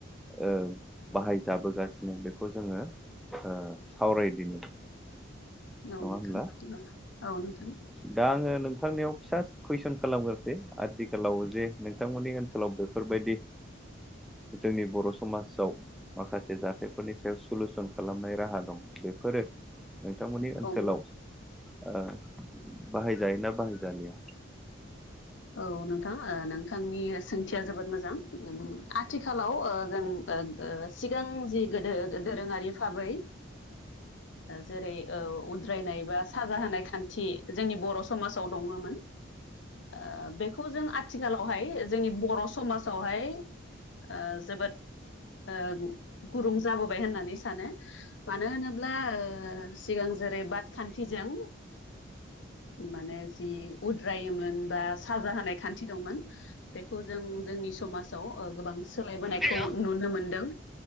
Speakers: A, in the centre; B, on the left (about 65°).
A: ओ बाहाय जाबोगासिनो बेखौ जोङो ओ सावरायदिनि। नङा
B: औ
A: होमब्ला
B: नोंथां औ नोंथां।
A: दा आङो नोंथांनियाव फिसा कुइसन खालामगोरसै आथिखालाव जे नोंथांमोननि ओनसोलाव बेफोरबायदि जोंनि बर' बर' समाजाव माखासे जाथायफोरनि सायाव सलुसन खालामनाय राहा दं बेफोरो नोंथांमोननि ओनसोलाव
B: औ
A: ओ बाहायजायोना बाहायजालिया?
B: औ नोंथां ओ नोंथांनि सोंथिया जोबोद मोजां। आथिखालाव ओ ओं ओं ओ सिगां जि गोदो दोरोङारि भाबै ओ जेरै ओ उद्रायनाय बा साजा होनाय खान्थि जोंनि बर' समाजाव दङमोन। ओ बेखौ जों आथिखालावहाय जोंनि बर' समाजावहाय ओ जोबोद ओ गुरुं जाबोबाय होननानै सानो मानो होनोब्ला ओ सि सिगां जेरै बादखान्थिजों माने जि उद्रायोमोन बा साजा होनाय खान्थि दंमोन बेखौ जों जोंनि समाज याव गोबां सोलायबोनायखौ
A: हेल'
B: नुनो मोनदों।